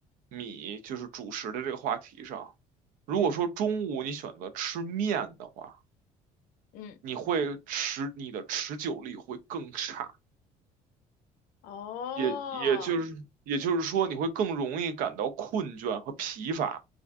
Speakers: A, on the right; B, on the left.
A: 米，就是主食的这个话题上，如果说中午你选择吃面的话，
B: 嗯嗯，
A: 你会持你的持久力会更差，
B: 哦，
A: 也也就是也就是说你会更容易感到困倦和疲乏。